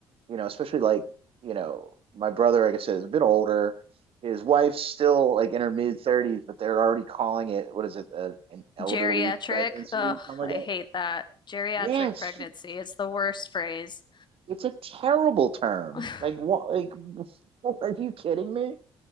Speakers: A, on the right (about 45°); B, on the left (about 35°).
A: you know, especially like, you know, my brother, like I said, is a bit older. His wife's still like in her mid thirties, but they're already calling it, what is it, uh, an elderly
B: Geriatric,
A: pregnancy,
B: ugh,
A: something like
B: I
A: that.
B: hate that. Geriatric
A: Yes,
B: pregnancy, it's the worst phrase.
A: it's a terrible term.
B: <laughs>
A: Like what? Like, <laughs> are you kidding me?